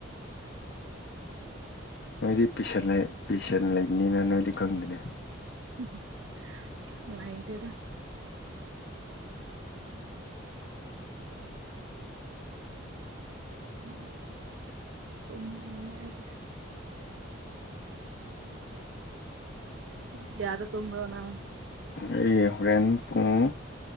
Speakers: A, on the left; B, on the right.
A: ꯅꯣꯏꯗꯤ ꯄꯤꯁꯟ ꯂꯩ ꯄꯤꯁꯟ ꯂꯩꯕꯅꯤꯅ ꯅꯣꯏꯗꯤ ꯈꯪꯗ‌ꯅꯦ
B: ꯥꯅꯨꯡꯉꯥꯏꯇꯦꯗ ꯎꯝ ꯎꯝ ꯇꯨꯝꯅꯤꯡꯉꯦ ꯑꯩ <unintelligible> ꯌꯥꯗ ꯇꯣꯝꯕ꯭ꯔꯣ ꯅꯪ
A: ꯑꯩ ꯍꯣꯔꯦꯟ ꯄꯨꯡ